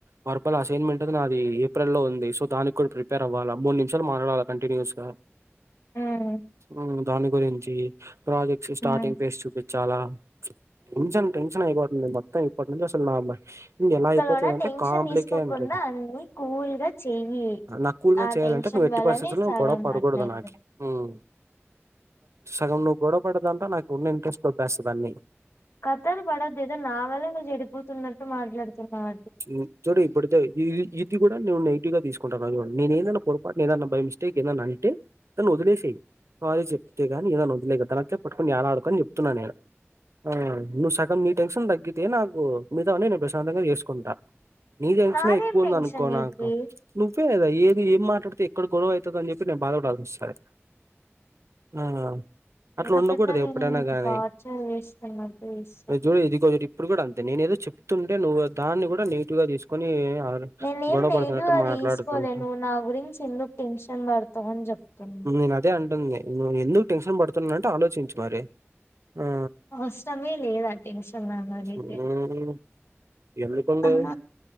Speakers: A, on the right (about 75°); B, on the left (about 60°).
A: వరపల్ అసైన్మెంట్ నాది ఏప్రిల్ లో ఉంది సో దానికి కూడా ప్రిపేర్ అవ్వాలి మూడు నిమిషాలు మాట్లాడాలి కంటిన్యూస్ గా
B: ఉమ్
A: ఉమ్ దాని గురించి ప్రాజెక్ట్స్ స్టార్టింగ్
B: ఉమ్
A: పేజ్ చూపించ్ చాలా టెన్షన్ టెన్షన్ అయిపోతుంది మొత్తం ఇప్పటి నుంచి అసలు నా మై మైండ్ ఏలా
B: ఇక్కడ
A: అయిపోతుదాంటే
B: కూడా టెన్షన్
A: కాంప్లికాంట్
B: తీసుకోకుండా అన్ని కూల్ గా చెయ్యి
A: నాక్కువగా
B: ఆ
A: చేయాలంటే
B: టెన్షన్
A: నువ్ ఎట్టి
B: వల్లనే
A: పరిస్థితిలోనూ
B: సగం
A: గొడవా పడ్
B: అట్లయితది
A: కూడదు నాకి ఉమ్ సగం నువ్వు గొడవ పడేదాంతా నాకు ఉన్న ఇంట్రెస్ట్ దెబ్బేస్తాది అన్నీ
B: కథాలు పడద్దు నా వల్ల నువ్వు చెడిపోతున్నట్టు మాట్లాడుతున్నావ్
A: ఉమ్ చూడు ఇప్పుటి ఇది కూడా నేను నెగిటివ్ గా తీసుకుంటానవ్ చూడు నేన్ ఏదైనా పొరపాటున ఏదన్నా బై మిస్టేక్ ఏదన్నా అంటే దాన్ని వదిలేసయి సారీ చెప్తే గాని ఏదనా వదిలే అట్లే పట్టుకోని ఎలాడకు అని చెప్తున్నాను నేను ఆ నువ్వు సగం నీ టెన్షన్ తగ్గితే నాకు మితావన్ని నేను ప్రశాంతంగా చేసుకో కుంటా నీ టెన్షనే
B: నాదేం
A: ఎక్కువ ఉంది
B: టెన్షన్
A: అనుకో
B: నీకి
A: నాకు నువ్వే కదా ఏది ఏం మాట్ అక్కడికి ఎక్కడ గొడవ అవుతుంది అని చెప్పి నేను బాధ పడాల్సి వస్తాది ఆ అట్లా
B: ఏదో
A: ఉండకూడదు
B: పెద్ద నేను
A: ఎప్పుడైనా
B: నిన్ను
A: గానీ
B: టార్చర్ చేస్తున్నట్టు చేస్తావ్
A: నిజమే ఇది కొదిరిప్ ఇప్పుడు కూడా అంతే నేను ఏదో చెప్తుంటే నువ్వు దాన్ని కూడా నెగిటివ్గా తీసుకొని
B: నేనేం
A: గొడవ
B: నెగెటివ్గా
A: పడుతున్నట్టు మాట్లాడుతుంటావ్
B: తీసుకోలే నువ్వు నా గురించి ఎందుకు టెన్షన్ పడతావు అని జెప్తున్న
A: నేను అదే అంటుంది నువ్ ఎందుకు టెన్షన్ పడుతున్నానంటే ఆలోచించి మరి ఆ
B: అవసరమే లేదా టెన్షన్ నన్నడిగితే
A: మ్మ్ ఎందుకుండదు
B: అమ్మ